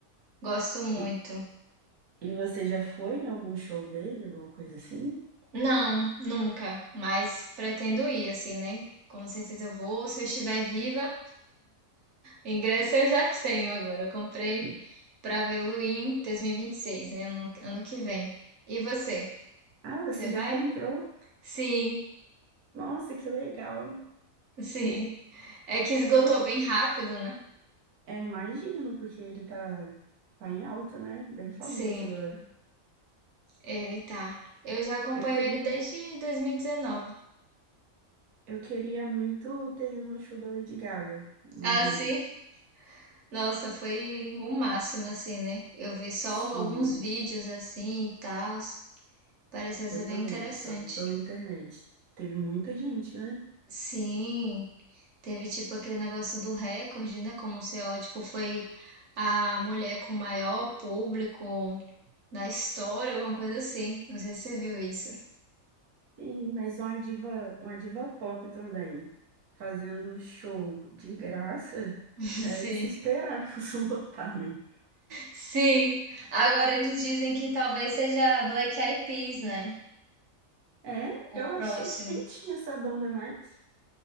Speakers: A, on the right (about 60°); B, on the right (about 80°).
A: gosto muito.
B: E, e você já foi em algum show dele, alguma coisa assim?
A: Não, nunca, mas pretendo ir, assim, né? Com certeza eu vou, se eu estiver viva. Ingresso eu já tenho agora, eu comprei
B: <laughs>
A: pra vê-lo em 2026, né? Ano, ano que vem. E você?
B: Ah, você
A: Você
B: já
A: vai?
B: comprou?
A: Sim,
B: Nossa, que legal.
A: <laughs> sim. É que esgotou
B: Eu,
A: bem rápido, né?
B: é, imagino, porque ele tá, tá em alta, né? Bem famoso
A: Sim,
B: agora.
A: ele tá. Eu já acompanho
B: Eu queria,
A: ele desde 2019.
B: eu queria muito ter ido no show da Lady Gaga, no
A: Ah,
B: Rio.
A: sim? Nossa, foi o máximo, assim, né? Eu vi só
B: Sim.
A: um, alguns vídeos assim e tal. Parecia ser
B: Eu também,
A: bem interessante.
B: só vi pela internet. Teve muita gente, né?
A: Sim, teve tipo aquele negócio do recorde, né? Como sei lá, tipo, foi a mulher com o maior público da história, alguma coisa assim. Não sei se você viu isso.
B: Sim, mas uma diva, uma diva pop também, fazendo show de graça,
A: <laughs>
B: era
A: Sim,
B: de se esperar que fosse <laughs> lotar, né?
A: sim. Agora eles dizem que talvez seja Black Eyed Peas, né?
B: É, eu
A: O
B: achei
A: próximo.
B: que nem tinha essa banda mais.